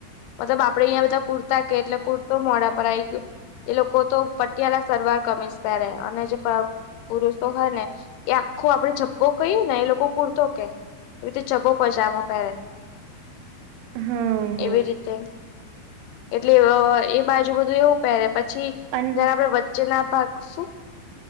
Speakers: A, on the left (about 80°); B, on the right (about 85°).
A: મતલબ આપડે અહિયાં બધા કુર્તા કહે, એટલે કુર્તો મોડા પર આઈ ગયું. એ લોકો તો પટિયાળ સરવાર કમીશ પેરે અને જે પુરુષો હોય ને એ આખો આપડે જબ્બો કયે ને એ લોકો કૂરતો કે એ રીતે જબો પજમાો પહેરે
B: હા, હા.
A: એવી રીતે એટલે એવો બાજુ બધું એવું પહેરે, પછી
B: અન
A: જેના પર જેના ભાગ શું